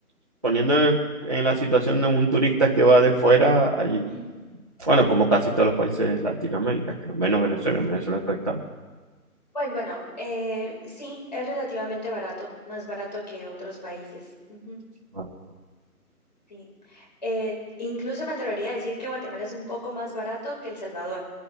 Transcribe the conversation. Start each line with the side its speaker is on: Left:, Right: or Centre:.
Right: poniendo en, en la situación de un turista que va de fuera allí.
Left: Ujú.
Right: Bueno, como casi todos los países de Latinoamérica, que no, menos Venezuela,
Left: Sí.
Right: en Venezuela está caro.
Left: Pues bueno, eh, sí, es relativamente barato, más barato que otros países. Ujú,
Right: Vale.
Left: sí. Eh, incluso me atrevería a decir que Guatemala es un poco más barato que El Salvador,